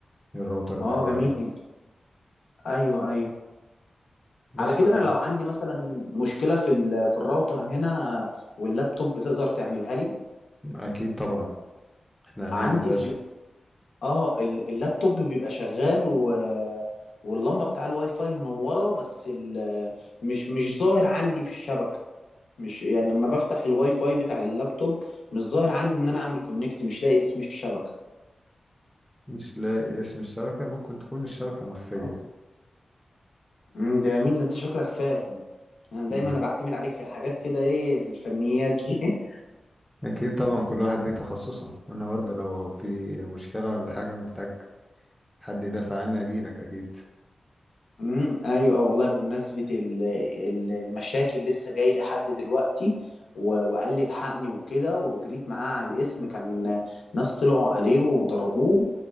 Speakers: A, in the centre; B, on the left.
A: الراوتر الهوائي
B: اه جميل ايوه ايوه
A: بس
B: على كده
A: الحاجات
B: انا لو عندي مثلا مشكلة في ال- في الراوتر هنا واللابتوب بتقدر تعملها لي
A: أكيد طبعا احنا عنينا
B: عندي
A: يا باشا
B: اه ال- اللابتوب بيبقى شغال و... واللمبه بتاع الواي فاي منوره بس ال... مش مش ظاهر عندي في الشبكه مش يعني لما بفتح الواي فاي بتاع اللابتوب مش ظاهر عندي ان انا اعمل كونكت مش لاقي اسم الشبكه
A: مش لاقي اسم الشبكة ممكن تكون الشبكة مخفية
B: اه أمم، ده يا مين ده انت شكلك فاهم انا دايما
A: مم.
B: انا بعتمد عليك في الحاجات كده ايه الفنيات دي <laughs>
A: أكيد طبعا كل واحد ليه تخصصه أنا برضه لو في مشكلة ولا حاجة محتاج حد يدافع عني أجيلك أكيد
B: امم ايوه والله بمناسبه ال- ال- المشاكل لسه جاي لي حد دلوقتي و- وقال لي الحقني وكده وجريت معاه على الاسم كان ناس طلعوا عليه وضربوه